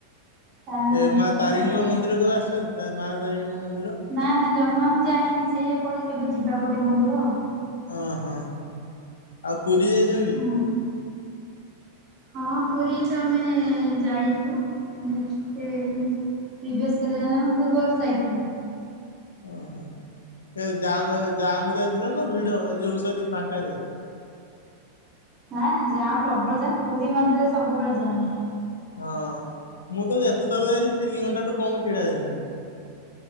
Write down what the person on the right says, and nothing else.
ତାରିଣୀ
ମନ୍ଦିର
ଅଛି
ଯିବା
ନା ନା ଜମା ମୁଁ ଯାଇନି ସେଇଆ କୋହୁଚି କେବେ ଯିବା ଗୋଟେ ମନ୍ଦିର ଆଉ।
ହୁଁ। ହଁ ପୁରୀ ତ ଆମେ ଯାଇଚୁ ନେକ୍ସଟେ ପ୍ରିଭିୟସ୍ ଇୟରରେ ଆମେ ପୂର୍ବ ବର୍ଷ ଯାଇଥିଲୁ।
ନାଁ ନାଁ ଜାମ୍ ପ୍ରବଳ ଜାମ୍ ପୁରୀ ମନ୍ଦିରରେ ସବୁବେଳେ ଜାମ୍।